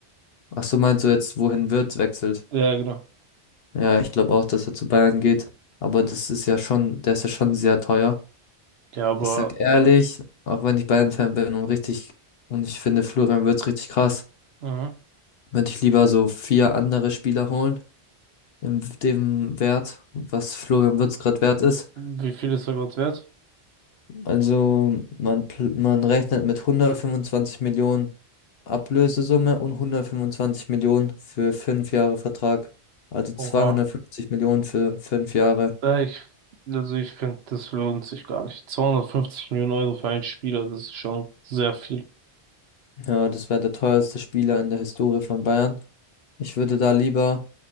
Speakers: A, on the left (about 65°); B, on the right (about 70°).
A: Ach so, meinst du jetzt, wohin Wirtz wechselt?
B: Ja, genau.
A: Ja, ich glaube auch, dass er zu Bayern geht. Aber das ist ja schon, der ist ja schon sehr teuer.
B: Ja, aber
A: Ich sag ehrlich, auch wenn ich Bayern-Fan bin und richtig, und ich finde Florian Wirtz richtig krass,
B: mhm.
A: würde ich lieber so vier andere Spieler holen in dem Wert, was Florian Wirtz gerade wert ist.
B: Wie viel ist er gerade wert?
A: Also man, pl- man rechnet mit hundertfünfundzwanzig Millionen Ablösesumme und hundertfünfundzwanzig Millionen für fünf Jahre Vertrag. Also 250
B: Oha.
A: Millionen für fünf Jahre.
B: Äh, ich, also ich finde, das lohnt sich gar nicht. 250 Millionen Euro für einen Spieler, das ist schon sehr viel.
A: Ja, das wäre der teuerste Spieler in der Historie von Bayern. Ich würde da lieber